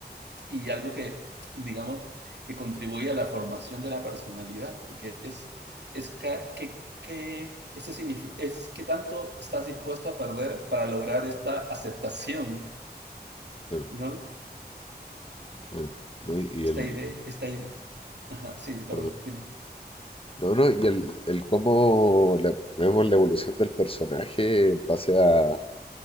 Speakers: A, on the right; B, on the left.
A: y algo que, digamos, que contribuye a la formación de la personalidad, porque es, es ca- que, que ese signifi- es que tanto estás dispuesto a perder para lograr esta aceptación,
B: Claro,
A: ¿no?
B: claro. ¿No? Y, y
A: Esta
B: el,
A: idea, esta idea. Ajá, sí, perdón,
B: perdón.
A: dime.
B: No, no, y el, el cómo la- vemos la evolución del personaje en base a,